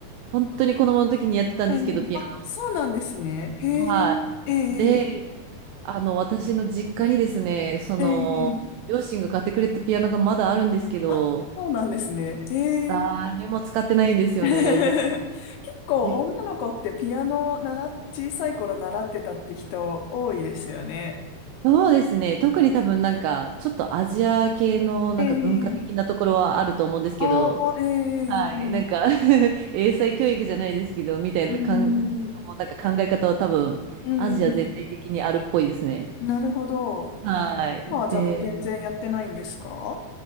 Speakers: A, on the right; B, on the left.
A: 本当に子供の時にやってたんですけど、
B: ええ、
A: ピア
B: あ、そうなんですね。へえ、
A: ノ。はい。
B: ええ、
A: で、あの、私の実家にですね、その、
B: ええ、
A: 両親が買ってくれたピアノがまだあるんですけど、
B: あ、そうなんですね。へえ。
A: 誰も使ってないんですよね。
B: <laughs>
A: で、
B: 結構女の子ってピアノ習っ、
A: じ
B: 小さい頃習ってたって人多いですよね。
A: そうですね。特に多分なんか、ちょっとアジア系のなんか文化的なところはあると思うんですけど、
B: ええ、ああ、ええ、
A: はい。
B: う
A: なんか <laughs> 英才教育じゃないですけど、みたいな感じのなんか考え方は多分、
B: ん、うん、
A: アジア全体的にあるっぽいですね。
B: なるほど。
A: はい。
B: 今はじゃあもう全然やってないんですか
A: で、